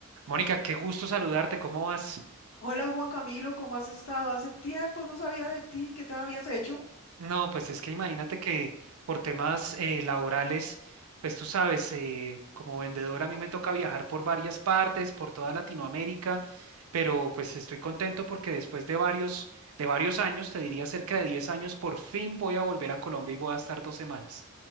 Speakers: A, on the right; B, on the left.
A: Mónica, qué gusto saludarte, ¿cómo vas?
B: Hola Juan Camilo, ¿cómo has estado? Hace tiempo no sabía de ti, ¿qué te habías hecho?
A: No, pues es que imagínate que por temas eh, laborales, pues tú sabes, eh, como vendedora a mí me toca viajar por varias partes, por toda Latinoamérica, pero pues estoy contento porque después de varios, de varios años, te diría cerca de 10 años, por fin voy a volver a Colombia y voy a estar dos semanas.